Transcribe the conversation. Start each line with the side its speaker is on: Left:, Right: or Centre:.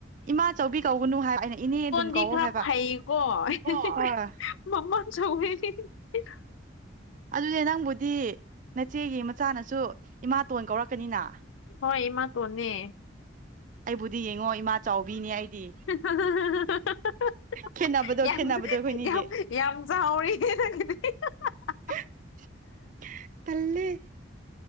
Right: ꯏꯃꯥ ꯆꯧꯕꯤ ꯀꯧꯒꯅꯨ ꯍꯥꯏ ꯑꯩꯅ ꯏꯅꯦ ꯑꯗꯨꯝ ꯀꯧꯋꯣ
Left: ꯗꯤ ꯈꯔ
Right: ꯍꯥꯏꯕ
Left: ꯐꯩꯀꯣ <unintelligible>
Right: ꯍꯣꯏ
Left: ꯃꯃꯥ ꯆꯧꯕꯤꯗꯤ <unintelligible>
Right: ꯑꯗꯨꯅꯦ ꯅꯪꯕꯨꯗꯤ ꯅꯆꯦꯒꯤ ꯃꯆꯥꯅꯁꯨ ꯏꯃꯥꯇꯣꯟ ꯀꯧꯔꯛꯀꯅꯤꯅ
Left: ꯍꯣꯏ ꯏꯃꯥꯇꯣꯟꯅꯦ
Right: ꯑꯩꯕꯨꯗꯤ ꯌꯦꯡꯉꯣ ꯏꯃꯥ ꯆꯥꯎꯕꯤꯅꯦ ꯑꯩꯗꯤ
Left: <unintelligible> <unintelligible>
Right: ꯈꯦꯠꯅꯕꯗꯣ
Left: ꯌꯥꯝꯁꯨ
Right: ꯈꯦꯠꯅꯕꯗꯣ ꯑꯩꯈꯣꯏꯅꯤꯒꯤ
Left: ꯌꯥꯝ ꯌꯥꯝ ꯆꯥꯎꯔꯦ <unintelligible>
Right: <unintelligible> ꯇꯜꯂꯦ